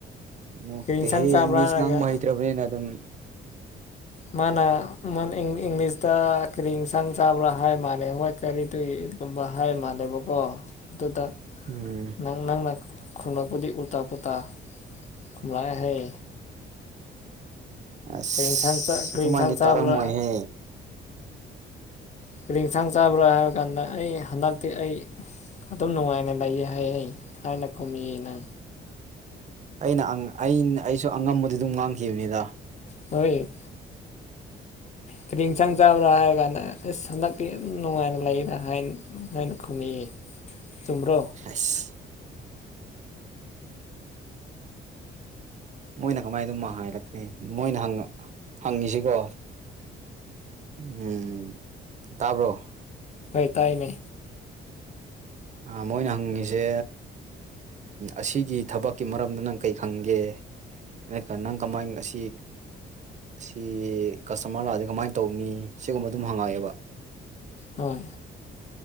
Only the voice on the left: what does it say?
ꯀꯔꯤ ꯏꯟꯁꯥꯡ ꯆꯥꯕ꯭ꯔꯥ
ꯍꯥꯏꯔꯒ
ꯃꯥꯅ ꯃꯥꯅ ꯏꯪꯂꯤꯁꯇ ꯀꯔꯤ ꯏꯟꯁꯥꯡ ꯆꯥꯕ꯭ꯔꯥ ꯍꯥꯏ ꯃꯥꯜꯂꯦ ꯍꯣꯏ ꯀꯔꯤ ꯗꯨ ꯌꯨ ꯏꯠꯀꯨꯝꯕ ꯍꯥꯏꯕ ꯃꯥꯜꯂꯦꯕꯀꯣ ꯑꯗꯨꯗ
ꯅꯪ ꯅꯪꯅ ꯈꯨꯝꯂꯛꯄꯗꯤ ꯎꯜꯇꯥ ꯄꯨꯇꯥ ꯈꯨꯝꯂꯛꯑꯦ ꯍꯥꯏꯌꯦ
ꯀꯔꯤ ꯏꯟꯁꯥꯡ ꯆꯥ ꯀꯔꯤ
ꯏꯟꯁꯥꯡ ꯆꯥꯕ꯭ꯔꯥ
ꯀ꯭ꯔꯤ ꯏꯟꯁꯥꯡ ꯆꯥꯕ꯭ꯔꯥ ꯍꯥꯏꯕ ꯀꯥꯟꯗ ꯑꯩ ꯍꯟꯗꯛꯇꯤ ꯑꯩ ꯑꯗꯨꯝ ꯅꯨꯡꯉꯥꯏꯅ ꯂꯩꯌꯦ ꯍꯥꯏꯌꯦ ꯍꯥꯏꯅ ꯈꯨꯝꯃꯤꯌꯦ ꯅꯪ
ꯍꯣꯏ
ꯀ꯭ꯔꯤ ꯏꯟꯁꯥꯡ ꯆꯥꯕ꯭ꯔꯥ ꯍꯥꯏꯔ ꯀꯥꯟꯗ ꯑꯁ ꯍꯟꯗꯛꯇꯤ ꯌꯥꯝ ꯅꯨꯡꯉꯥꯏꯅ ꯂꯩꯗ ꯍꯥꯏꯅ ꯅꯪꯅ ꯈꯨꯃꯛꯑꯦꯌꯦ ꯆꯨꯝꯕ꯭ꯔꯣ
ꯍꯣꯏ ꯇꯥꯏꯅꯦ
ꯍꯣꯏ